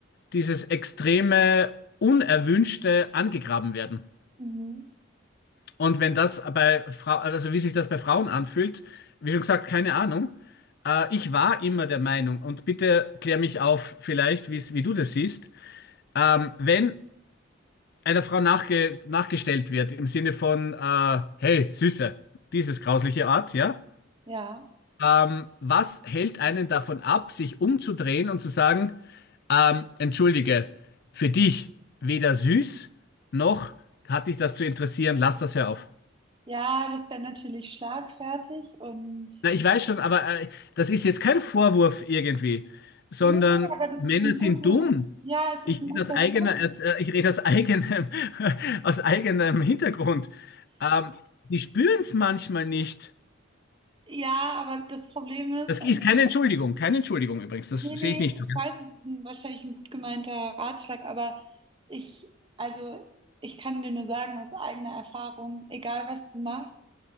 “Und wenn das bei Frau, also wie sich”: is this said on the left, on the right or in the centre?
Left